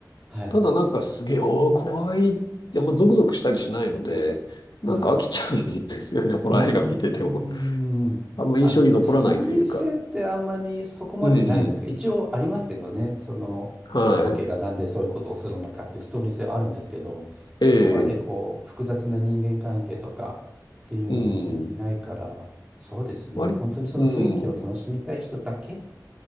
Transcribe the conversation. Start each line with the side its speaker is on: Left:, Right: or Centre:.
Right: はい。
Left: ただなんかすげえ、おー、怖いって、あんまゾクゾクしたりしないので、なんか飽きちゃうんですよね、
Right: はい。
Left: <laughs> ホラー映画見てても。
Right: うーん。
Left: あんま印象に残らないというか。
Right: まあ、ストーリー性ってあんまりそこまでないですが、
Left: うん、
Right: 一応ありますけどね、その、
Left: はい。
Right: お化けがなんでそういうことをするのかってストーリー性はあるんですけど、そこまでこう、
Left: ええ、
Right: 複雑な人間関係とかっていうのは別にないから、
Left: うん。
Right: そうですね、
Left: 割、
Right: 本当にその雰囲気を楽しみたい人だけ
Left: うん、